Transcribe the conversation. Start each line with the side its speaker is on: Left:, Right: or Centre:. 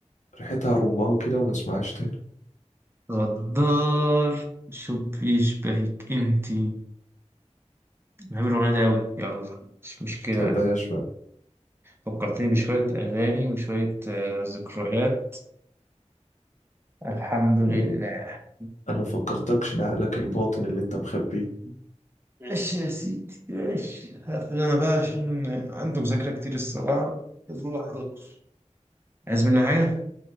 Left: ريحتها رمان كده وما تسمعهاش تاني
Right: غدار شو بيشبهك انتي بحب الأغنية دي أوي يلا مش مشكلة
Left: ما تحبهاش
Right: بقى
Left: بقى
Right: فكرتني بشوية أغاني وشوية آه، ذكريات الحمد لله
Left: أه، انا ما فكرتكش لعقلك الباطن اللي انت مخبيه
Right: ماشي يا سيدي ماشي هقفل أنا بقى عشان عندي مذاكرة كتير الصراحة لازم الواحد يقف عايز مني حاجة؟